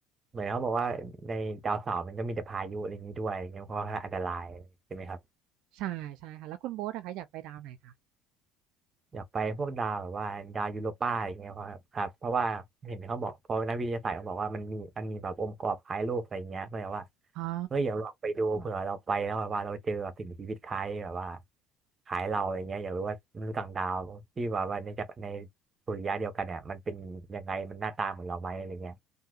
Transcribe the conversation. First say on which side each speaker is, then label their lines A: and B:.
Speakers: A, on the right; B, on the right.
A: เหมือนเขาบอกว่าในดาวเสาร์มันก็มีแต่พายุอะไรอย่างนี้ด้วยอะไรเงี้ยเพราะว่าอันตรายใช่ไหมครับ
B: <laughs> ใช่ใช่ค่ะแล้วคุณโบ๊ทนะคะอยากไปดาวไหนคะ
A: อยากไปพวกดาวแบบว่าดาวยูโรปาอะไรเงี้ยเพราะครับเพราะว่าเห็นเขาบอกเพอนักวิทยาศาสตร์เขาบอกว่ามันมีมันมีแบบองค์ประกอบคล้ายโลกอะไรเงี้ยก็เลยว่า
B: อ๋อ
A: เฮ้ยอยากลองไปดูเผื่อเราไปแล้วแบบว่าเราเจอแบบสิ่งมีชีวิตคล้ายแบบว่าคล้ายเราอะไรเงี้ยอยากรู้ว่ามนุษย์ต่างดาวที่แบบว่าในจักในสุริยะเดียวกันเนี่ยมันเป็นยังไงมันหน้าตาเหมือนเราไหมอะไรเงี้ย